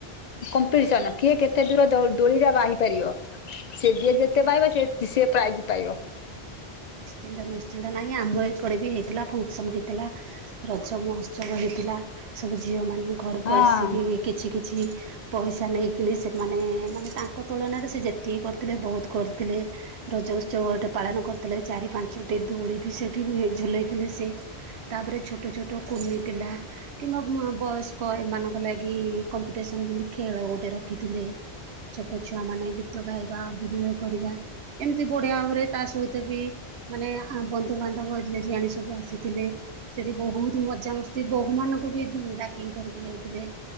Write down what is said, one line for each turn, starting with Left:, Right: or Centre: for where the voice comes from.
Left: କମ୍ପିଟିସନ କିଏ କେ ଏତେ ଦୂର ଦୋଳିଟା ବାହିପାରିବ ସେ ଯିଏ ଯେତେ ବାହିବ ସେ ସେ ପ୍ରାଇଜ ପାଇବ‌।
Right: ନିଶ୍ଚିନ୍ତ ନିଶ୍ଚିନ୍ତ ନାଇଁ ଆମ ଏପଟେ ବି ହେଇଥିଲା ଫଙ୍କସନ୍ ହେଇଥିଲା। ରଜ ମହୋତ୍ସବ ହେଇଥିଲା ସବୁ ଝିଅମାନେ ଘରକୁ
Left: ହଁ
Right: ଆସିକି କିଛି କିଛି ପଇସା ନେଇକିନି ସେମାନେ ମାନେ ତାଙ୍କ ତୁଳନାରେ ସେ ଯେତିକି କରିଥିଲେ ବହୁତ କରିଥିଲେ। ରଜ ଉତ୍ସବଟେ ପାଳନ କରିଥିଲେ ଚାରି ପାଞ୍ଚଟି ଦୋଳି ବି ସେଇଠି ଝୁଲେଇଥିଲେ ସେ‌‌ ତାପରେ ଛୋଟ ଛୋଟ କୁନି ପିଲା। କିମ୍ବା ବୟସ୍କ ଏମାନଙ୍କ ଲାଗି କମ୍ପିଟିସନ ଯେମତି ଖେଳ ଗୋଟେ ରଖିଥିଲେ। ଛୋଟ ଛୁଆ ମାନେ ଗୀତ ଗାଇବା ଅଭିନୟ କରିବା ଏମତି ବଢିଆ ଭାବରେ ତା ସହିତ ବି‌ ମାନେ ବନ୍ଧୁବାନ୍ଧବ ଝିଅଝି ଆଣ ସବୁ ଆସିଥିଲେ। ସେଠି ବହୁତ ମଜା ମସ ତି ସେ ବୋହୂ ମାନଙ୍କୁ ବି ଡାକିକି ଧରିକି ଯାଇଥିଲେ।